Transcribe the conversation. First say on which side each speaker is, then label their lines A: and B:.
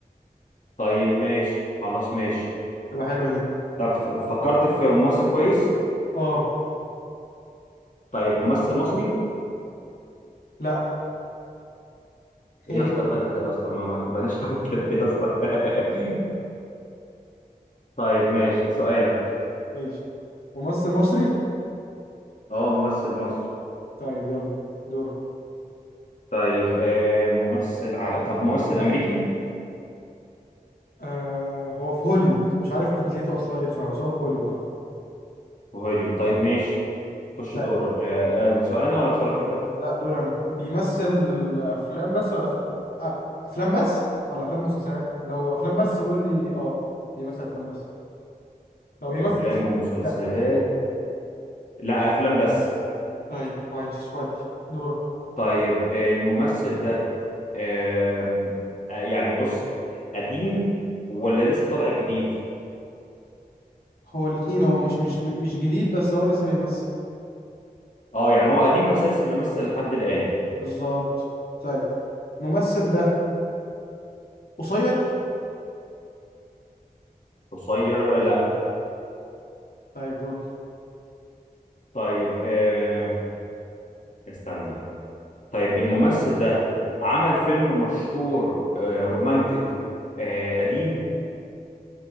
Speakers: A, on the left; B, on the left.
A: طيب ماشي خلاص ماشي
B: تبقى حلوة دي
A: طب ف- فكرت في ممثل كويس
B: اه
A: طيب ممثل مصري
B: لا
A: ايه
B: <laughs>
A: يا اسطى الغدر ده يا اسطى ما ما اتفقناش <laughs> على كده يا اسطى <laughs> طيب ماشي سؤالك
B: ماشي ممثل مصري
A: اه ممثل مصري
B: طيب يلا دورك
A: طيب آه ممثل على طب ممثل امريكي
B: آه هو في هوليوود مش عارف جنسيته اصلا ايه بصراحة بس هو في هوليوود
A: وهوليود طيب ماشي خش
B: اه
A: دورك آه آه، سؤال انا ولا سؤالك انت
B: لا دور انا بيمثل افلام بس ولا افلام أ- افلام بس ولا افلام ومسلسلات لو افلام بس قول لي اه بيمثل افلام بس لو بيمثل
A: افلام
B: مسلسلات
A: ومسلسلات
B: لا
A: لا افلام بس
B: طيب كويس ودي دورك
A: طيب آه الممثل ده آم، آه يعني بص قديم ولا لسه طالع جديد
B: هو الاثنين هو مش مش مش جديد بس هو لسه بيمثل
A: اه يعني هو قديم بس لسه بيمثل لحد الان
B: بالظبط طيب الممثل ده قصير
A: قصير لا
B: طيب دورك
A: طيب آه استنى طيب الممثل ده عمل فيلم مشهور آه، رومانتك آه، قديم